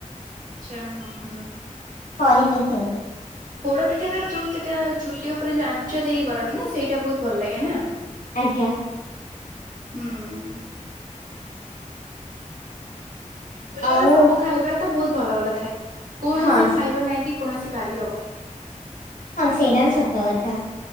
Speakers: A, on the right; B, on the left.
A: ଆଚ୍ଛା ହୁଁ ହଁ ହଁ।
B: କରିନି କେବେ।
A: ପୋଡ଼ପିଠା ର ଯୋଉ ସେଇଟା ଚୁଲି ଉପରେ ଯୋଉ ଆଞ୍ଚ ଦେଇକି କରନ୍ତି ନା ସେଇଟା ବହୁତ ଭଲ ଲାଗେ ନା?
B: ଆଜ୍ଞା।
A: ହୁଁ ଓଡିଆରେ
B: ଆଉ
A: ସବୁ ଖାଇବା ତ ବହୁତ ଭଲ ଭଲ ଥାଏ। କୌଣସି
B: ହଁ ସ-
A: ଖାଇବା ନାଇଁ କି କୌଣସି ବାରିହବ।
B: ହଁ ସେଇଟା ବି ସତ କଥା।